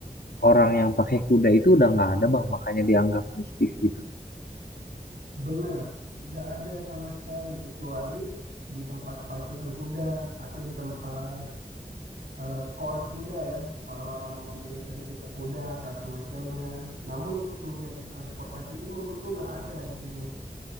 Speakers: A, on the left (about 85°); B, on the right (about 75°).
A: orang yang pakai kuda itu udah nggak ada bang, makanya dianggap mistis gitu.
B: benar, nggak ada sama sekali kecuali di tempat pacuan kuda atau di tempat eh, course kuda ya, orang-orang mengambil lisensi berkuda atau semacamnya. Namun untuk menjadi transportasi umum itu nggak ada di sini,